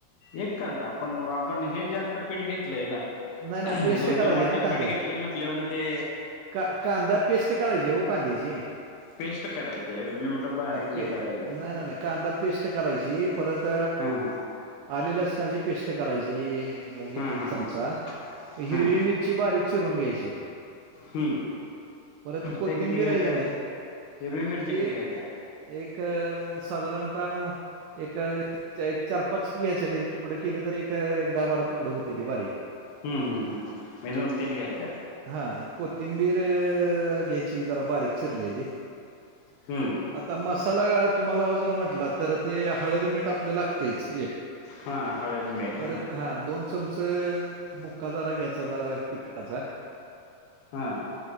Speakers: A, on the left; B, on the right.
A: एक कांदाा पण आपण हे जास्त पीठ घेतलंय ना.
B: नाही नाही पेस्ट
A: दोन
B: करायची
A: दोन वाटे
B: आहे ना कांदे
A: पीठ घेतलंय म्हटलेवढं ते.
B: का कदा पेस्ट करायचीेओ कांदी जी.
A: पेस्ट करायची मी म्हटलं बारीकशी
B: पे
A: कराय.
B: नाही नाही नाही का अदाा पेस्ट करायची परत
A: हां
B: आले लसणाची पेस्ट करायची. एक
A: हां
B: एक
A: हां
B: चमचा
A: हां
B: हिरवी
A: हां
B: मिरची बारीक चिरून घ्यायची.
A: हम्म
B: परत कोथिंबीर
A: त्या किती घ्यायच्या
B: आहे का नाही
A: हिरवी मिरची
B: ते
A: किती घ्यायच्या
B: एक साधारणतः एक एक चार पाच या्यायच्या त्याचे तुकडं केले तर एक एक दहा बारा तुकडं होते ते बारीक.
A: हम् हम्म हम मेझुण तिन घ्ायचाय.
B: हा कोथिंबीर घ्यायची जरा बारीक चिरलेली.
A: हम्म
B: आता मसाला तुम्हाला जर म्हटला तर ते हळदी मीठ आपले लागतेच एक
A: हा हळद मीठ
B: परत हा दोन. चमच मुक्काा जराा घ्यायचा जराा तिखटाचा.
A: हां.